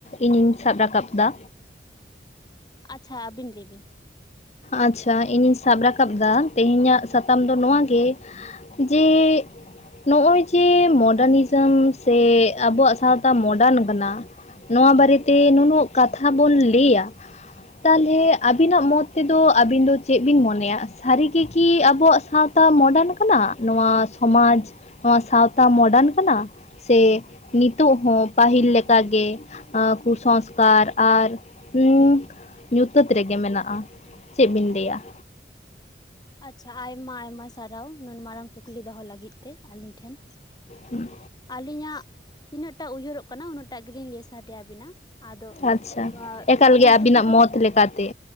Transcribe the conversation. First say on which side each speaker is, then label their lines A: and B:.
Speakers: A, on the left (about 40°); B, on the left (about 25°).
A: ᱤᱧᱤᱧ ᱥᱟᱵ ᱨᱟᱠᱟᱵ ᱫᱟ,
B: ᱟᱪᱪᱷᱟ ᱟᱹᱵᱤᱱ ᱞᱟᱹᱭ ᱵᱤᱱ᱾
A: ᱟᱪᱪᱷᱟ ᱤᱧᱤᱧ ᱥᱟᱵ ᱨᱟᱠᱟᱵᱫᱟ ᱛᱮᱦᱮᱸᱧᱟᱜ ᱥᱟᱛᱟᱢ ᱫᱚ ᱱᱚᱣᱟᱜ ᱜᱮ ᱡᱮ ᱱᱚᱸᱜᱼᱚᱭ ᱡᱮ ᱢᱚᱰᱟᱨᱱᱤᱡᱚᱢ ᱥᱮ ᱟᱵᱚᱣᱟᱜ ᱥᱟᱶᱛᱟ ᱢᱳᱰᱟᱨᱱ ᱠᱟᱱᱟ ᱱᱚᱣᱟ ᱵᱟᱨᱮᱛᱮ ᱱᱩᱱᱟᱹᱜ ᱠᱟᱛᱷᱟ ᱵᱚᱱ ᱞᱟᱹᱭᱟ ᱛᱟᱦᱞᱮ ᱟᱵᱤᱱᱟᱜ ᱢᱚᱛ ᱛᱮᱫᱚ ᱟᱵᱤᱱ ᱫᱚ ᱪᱮᱫ ᱵᱤᱱ ᱢᱚᱱᱮᱭᱟ ᱥᱟᱹᱨᱤ ᱜᱮᱠᱤ ᱟᱵᱚᱣᱟᱜ ᱥᱟᱶᱛᱟ ᱢᱚᱰᱟᱨᱱ ᱠᱟᱱᱟ ᱱᱚᱣᱟ ᱥᱚᱢᱟᱡᱽ ᱱᱚᱣᱟ ᱥᱟᱶᱛᱟ ᱢᱚᱰᱟᱨᱱ ᱠᱟᱱᱟ? ᱥᱮ ᱱᱤᱛᱚᱜ ᱦᱚᱸ ᱯᱟᱹᱦᱤᱞ ᱞᱮᱠᱟᱜ ᱜᱮ ᱟᱸ ᱠᱩ ᱥᱚᱝᱥᱠᱟᱨ ᱟᱨ ᱩᱸ ᱧᱩᱛᱟᱹᱛ ᱨᱮᱜᱮ ᱢᱮᱱᱟᱜᱼᱟ᱾ ᱪᱮᱫ ᱵᱤᱱ ᱞᱟᱹᱭᱟ?
B: ᱟᱪᱪᱷᱟ ᱟᱭᱢᱟ ᱟᱭᱢᱟ ᱥᱟᱨᱦᱟᱣ ᱱᱩᱱ ᱢᱟᱨᱟᱝ ᱠᱩᱠᱞᱤ ᱫᱚᱦᱚ ᱞᱟᱹᱜᱤᱫ ᱛᱮ ᱟᱹᱞᱤᱧ ᱴᱷᱮᱱ᱾
A: ᱦᱮᱸ᱾
B: ᱟᱹᱞᱤᱧᱟᱜ ᱛᱤᱱᱟᱹᱜ ᱴᱟᱜ ᱩᱭᱦᱟᱹᱨᱚᱜ ᱠᱟᱱᱟ ᱩᱱᱟᱹᱜ ᱴᱟᱜ ᱜᱮᱞᱤᱧ ᱞᱟᱹᱭ ᱥᱟᱰᱮᱭᱟᱵᱤᱱᱟ᱾ ᱟᱫᱚ
A: ᱟᱪᱪᱷᱟ
B: ᱵᱟ
A: ᱮᱠᱟᱞ
B: ᱵᱷᱩᱞ
A: ᱜᱮ ᱟᱹᱵᱤᱱᱟᱜ
B: ᱛᱩᱴᱤ ᱫᱚ
A: ᱢᱚᱛ ᱞᱮᱠᱟᱛᱮ